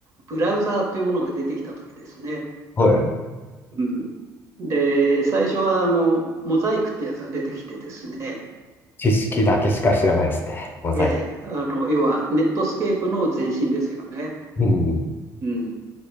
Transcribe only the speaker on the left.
うはい。
知識だけしか知らないですね。ごめんなさい。
うん。